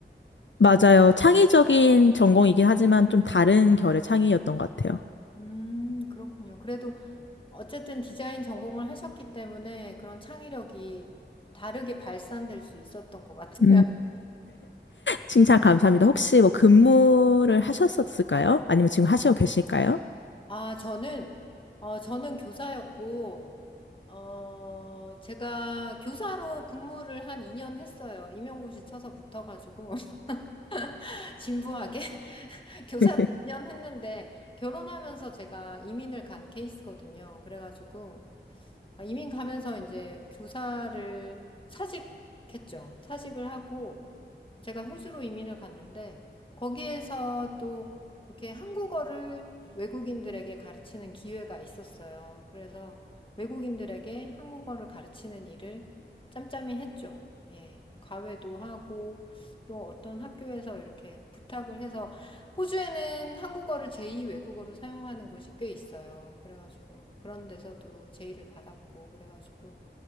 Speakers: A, on the left (about 80°); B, on the left (about 25°).
A: 맞아요. 창의적인 전공이긴 하지만 좀 다른 결의 창의였던 것 같아요.
B: 음, 그렇군요. 그래도 어쨌든 디자인 전공을 하셨기 때문에 그런 창의력이 다르게 발산될 수 있었던 것 같아요.
A: 음, 칭찬 감사합니다. 혹시 뭐 근무를 하셨었을까요? 아니면 지금 하시고 계실까요?
B: 아, 저는, 어, 저는 교사였고, 어, 제가 교사로 근무를 한 2년 했어요. 임용고시 쳐서 붙어가지고, <laughs> 진부하게 <laughs> 교사를
A: <laughs>
B: 2년 했는데, 결혼하면서 제가 이민을 간 케이스거든요. 그래가지고, 아, 이민 가면서 이제 교사를 사직했죠. 사직을 하고, 제가 호주로 이민을 갔는데 거기에서 또 이렇게 한국어를 외국인들에게 가르치는 기회가 있었어요. 그래서 외국인들에게 한국어를 가르치는 일을 짬짬이 했죠. 예. 과외도 하고 또 어떤 학교에서 이렇게 부탁을 해서 호주에는 한국어를 제2 외국어로 사용하는 곳이 꽤 있어요. 그래가지고 그런 데서도 제의를 받았고 그래가지고